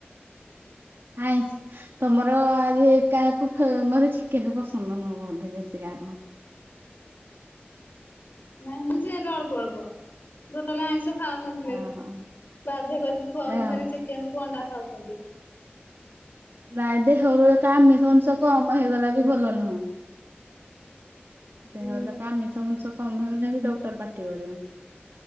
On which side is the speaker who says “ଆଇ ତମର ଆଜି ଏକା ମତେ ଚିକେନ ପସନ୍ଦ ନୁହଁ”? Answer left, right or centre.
Right